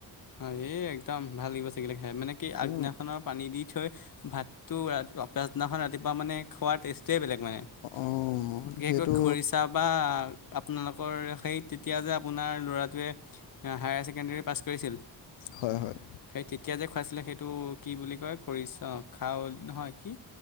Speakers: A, on the left; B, on the left.
A: হয়, এই একদম ভাল লাগিব চিগিলাক খাই মানে কি আগদিনাখনৰ
B: এই
A: পানী দি থৈ ভাত টো পিছ দিনাখন ৰাতিপুৱা মানে খোৱাৰ টেষ্টৈ বেলেগ। <inaudible>
B: অঁ
A: বিশেষকৈ
B: সেইটো
A: খৰিচা বা আপোনালোক কৰ সেই তেতিয়া যে আপোনাৰ ল'ৰাটোৱে হায়াৰ ছেকেণ্ডাৰী পাছ কৰিছিল।
B: হয়, হয়।
A: সেই তেতিয়া যে খুৱাইছিলে সেইটো কি বুলি কয় খৰিছা অ' খাৰলী নহয় কি?